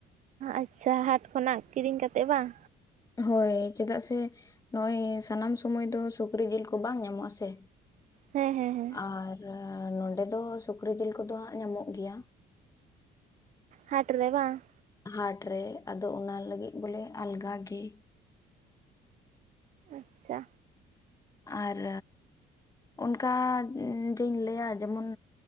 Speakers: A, on the right (about 45°); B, on the left (about 20°).
A: ᱟᱪᱪᱷᱟ ᱦᱟᱴ ᱠᱷᱚᱱᱟᱜ ᱠᱤᱨᱤᱧ ᱠᱟᱛᱮᱫ ᱵᱟᱝ?
B: ᱦᱳᱭ, ᱪᱮᱫᱟᱜ ᱥᱮ ᱱᱚᱜᱼᱚᱭ ᱥᱟᱱᱟᱢ ᱥᱚᱢᱚᱭ ᱫᱚ ᱥᱩᱠᱨᱤ ᱡᱤᱞ ᱠᱚ ᱵᱟᱝ ᱧᱟᱢᱚᱜᱼᱟ ᱥᱮ
A: ᱦᱮᱸ ᱦᱮᱸ ᱦᱮᱸ
B: ᱟᱨ ᱱᱚᱸᱰᱮ ᱫᱚ ᱥᱩᱠᱨᱤ ᱡᱤᱞ ᱠᱚᱫᱚ ᱦᱟᱸᱜ ᱧᱟᱢᱚᱜ ᱜᱮᱭᱟ।
A: ᱦᱟᱴ ᱨᱮ ᱵᱟᱝ?
B: ᱦᱟᱴ ᱨᱮ ᱟᱫᱚ ᱚᱱᱟ ᱞᱟᱹᱜᱤᱫ ᱵᱚᱞᱮ ᱟᱞᱜᱟ ᱜᱤ।
A: ᱟᱪᱪᱷᱟ।
B: ᱟᱨ ᱚᱱᱠᱟ ᱡᱮᱧ ᱞᱟᱹᱭᱟ ᱡᱮᱢᱚᱱᱼᱼ